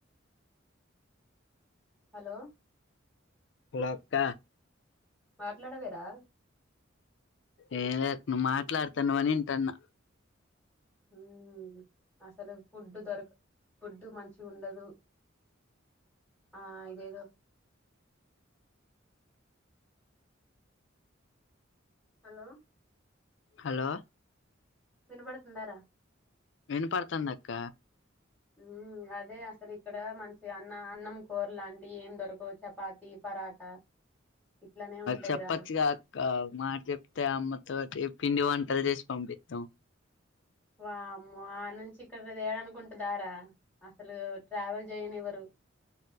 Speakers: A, in the centre; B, on the left (about 65°).
A: హలో
B: అక్క
A: మాట్లాడవే రా
B: ఏం లే అక్క నువ్వు మాట్లాడుతానువని వింటాన్నా
A: మ్మ్ అసలు ఫుడ్డు దొరక ఫుడ్డు మంచిగా ఉండదు ఆ ఇదేదో ఆ
B: హలో
A: వినబడుతుందారా
B: వినుపడుతాంది అక్క
A: మ్మ్ అదే అసలు ఇక్కడ మంచిగా అన్న అన్నం కూర లాంటి ఏం దొరకవు చపాతి పరాటా ఇట్లనే ఉంటాయిరా
B: చప్పచుగా అక్క ఓక మాట చెప్తే అమ్మతోటి పిండి వంటలు చేసి పంపిస్తాం
A: వామ్మో ఆడి నుంచి ఇక్కడే అనుకుంటుందా రా అసలు ట్రావెల్ చేయనివ్వరు